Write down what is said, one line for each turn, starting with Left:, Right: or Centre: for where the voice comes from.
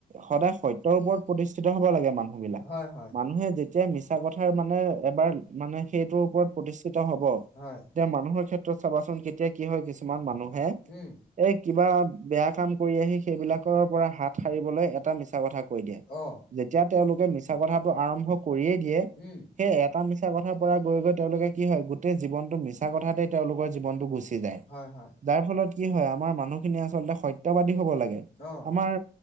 Right: সদায় সত্যৰ ওপৰত প্ৰতিষ্ঠিত হব লাগে মানুহবিলাক।
Left: হয়, হয়,
Right: মানুহে যেতিয়া মিছা কথাৰ মানে এবাৰ মানে সেইটোৰ ওপৰত প্ৰতিষ্ঠিত হব।
Left: হয়।
Right: এতিয়া মানুহৰ ক্ষেত্ৰত চাবাচোন কেতিয়া কি হয় কিছুমান মানুহে
Left: উম
Right: এই কিবা বেয়া কাম কৰি আহি সেইবিলাকৰ পৰা হাত সাৰিবলৈ এটা মিছা কথা কৈ দিয়ে।
Left: অ
Right: যেতিয়া তেওঁলোকে মিছা কথাটো আৰম্ভ কৰিয়ে দিয়ে
Left: উম,
Right: সেই এটা মিছা কথাৰ পৰা গৈ গৈ তেওঁলোকে কি হয় গোটেই জীৱনটো মিছা তেই তেওঁলোকৰ জীৱনটো গুচি যায়।
Left: হয়, হয়,
Right: যাৰ ফলত কি হয় আমাৰ মানুহখিনি আচলতে সত্যবাদী হব লাগে,
Left: অ',
Right: আমাৰ